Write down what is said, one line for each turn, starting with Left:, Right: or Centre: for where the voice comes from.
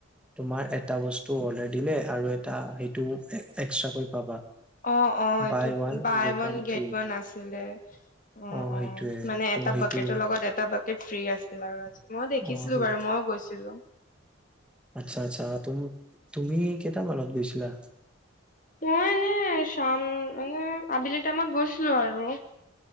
Centre: তোমাৰ এটা বস্তু অৰ্ডাৰ দিলে আৰু এটা সেইটো এক্সট্ৰা কৈ পাবা।
Left: অ', অ', এইটোত
Centre: বাই one
Left: buy one
Centre: free
Left: get one আছিলে। উম-উম
Centre: অ সেইটোয়ে
Left: মানে
Centre: ত'
Left: এটা
Centre: সেইটো
Left: বাকেটৰ লগত এটা বাক তে ফ্ৰী আছিল আৰু আজি মই দেখিছিলোঁ
Centre: অ সেই
Left: বাৰু মইও গৈছিলোঁ।
Centre: আচ্ছা-আচ্ছা তুমি-তুমি কেইটামানত গৈছিলা?
Left: মই এনে চাম মানে আবেলি টাইমত গৈছিলোঁ আৰু।